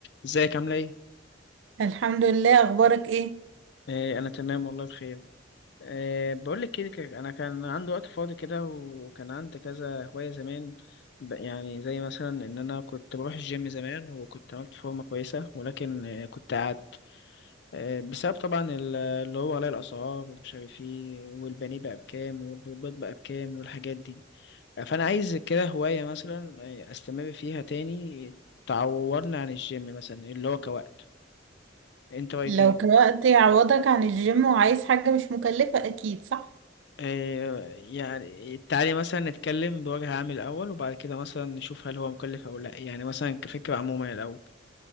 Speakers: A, on the left (about 60°); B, on the right (about 75°).
A: ازيك عاملة ايه؟
B: الحمد لله اخبارك ايه
A: آه انا تمام والله بخير آه بقول لك كده كده، انا كان عندي وقت فاضي كده وكان عندي كذا هواية زمان ب- يعني زي مثلا ان انا كنت بروح الجيم زمان وكنت عملت فورمة كويسة ولكن آه كنت قعدت آه بسبب طبعا ال- اللي هو غلاء الاسعار ومش عارف ايه والبانيه بقى بكام والبيض بقى بكام والحاجات دي آه، فانا عايز كده هواية مثلا آه، استمر فيها تاني تعوضني عن الجيم مثلا اللي هو كوقت انت رايك
B: لو
A: ايه؟
B: كوقت يعوضك عن الجيم وعايز حاجة مش مكلفة اكيد صح
A: آه، يعني تعالي مثلا نتكلم بوجه عام الأول وبعد كده مثلا نشوف هل هو مكلف أو لأ يعني مثلا كفكرة عموما الأول